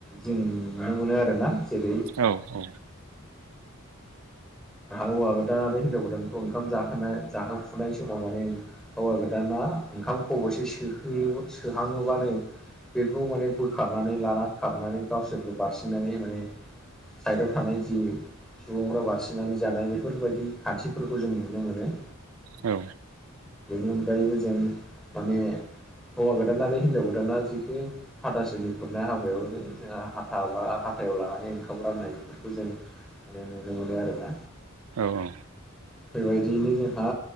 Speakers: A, in the centre; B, on the right.
A: जोंनि नुनो मोनो आरोना जेरै
B: औ औ
A: हौवा गोदान आरो हिनजाव गोदानखौ ओंखाम जाहोनाय जाहोफुनाय समाव माने हौवा गोदान ना ओंखाम खबसे सोहो सोहाङोबानो बेखौ माने बोखारनानै लाना खारनानै गावसोरबो बारसिननानै माने साइडआव थानाय जि सुबुंफ्रा बारसिनानै जानाय बेफोरबायदि खान्थिफोरखौ जों नुनो मोनो।
B: औ
A: बेनि अनगायैबो जों माने हौवा गोदान आरो हिनजाव गोदाना जिखि हाथासुनि खुरनाय हाबायावनो जोंहा हाथा बा हाथायाव लानानै ओंखाम राननाय बेफोरखौ जों माने नुनो मोनो आरोना।
B: औ औ
A: बेबायदियैनो जोंहा